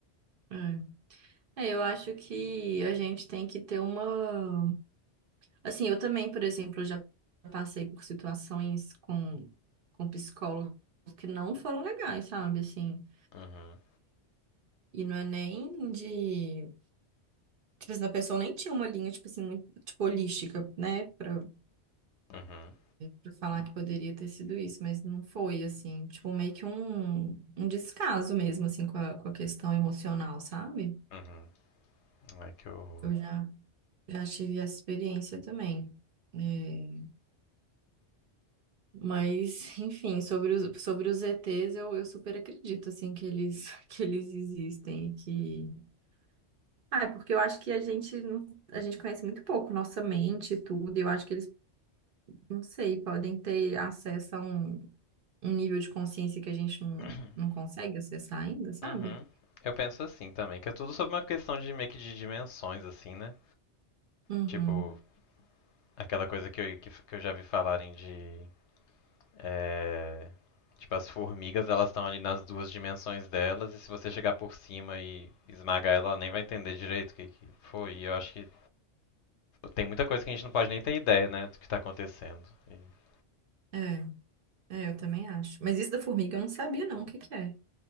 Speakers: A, on the right; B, on the left.
A: É. É, eu acho que a gente tem que ter uma. Assim, eu também, por exemplo, já passei por situações com, com psicólogos que não foram legais, sabe? Assim,
B: Uhum,
A: e não é nem de. Tipo assim, a pessoa nem tinha uma linha, tipo assim, muito, tipo, holística, né? Pra,
B: uhum,
A: pra falar que poderia ter sido isso, mas não foi, assim. Tipo, meio que um, um descaso mesmo, assim, com a, com a questão emocional, sabe?
B: uhum. Ai, que horror.
A: Eu já Já tive essa experiência também. É, mas, <laughs> enfim, sobre os, sobre os ETs, eu, eu super acredito, assim, que eles, <laughs> que eles existem e que... Ah, é porque eu acho que a gente, não- a gente conhece muito pouco nossa mente e tudo, e eu acho que eles, não sei, podem ter acesso a um, um nível de consciência que a gente não,
B: <coughs>
A: não
B: <clears throat>
A: consegue acessar ainda, sabe?
B: Uhum. Eu penso assim também, que é tudo sobre uma questão de meio que de dimensões, assim, né?
A: Uhum.
B: Tipo, aquela coisa que eu, que, que eu já vi falarem de É, Tipo, as formigas, elas estão ali nas duas dimensões delas, e se você chegar por cima e esmagar ela, ela nem vai entender direito o que, que foi. E eu acho que tem muita coisa que a gente não pode nem ter ideia, né, do que tá acontecendo. E-
A: É, é, eu também acho. Mas isso da formiga eu não sabia, não, o que que é.